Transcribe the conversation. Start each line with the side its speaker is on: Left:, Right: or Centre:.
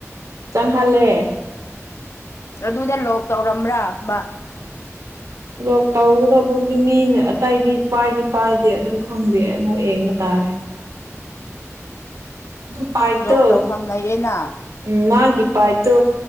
Right: ꯆꯪꯍꯜꯂꯦ
Left: ꯑꯗꯨꯗ ꯂꯣꯛ ꯇꯧꯔꯝꯕ꯭ꯔꯥ ꯃꯥ
Right: ꯂꯣꯛ ꯇꯧꯒꯗꯕꯗꯤ ꯃꯤꯅ ꯑꯇꯩꯗꯤ ꯄꯥꯏꯗꯤ ꯄꯥꯏꯗꯦ ꯑꯗꯨ ꯈꯪꯗꯦ ꯑꯃꯨꯛ ꯌꯦꯡꯕ ꯇꯥꯔꯦ ꯑꯗꯨ ꯄꯥꯏꯞꯇꯣ
Left: ꯂꯣꯛ ꯇꯧꯐꯝ ꯂꯩꯌꯦꯅ
Right: ꯎꯝ ꯃꯥꯒꯤ ꯄꯥꯏꯞꯇꯨ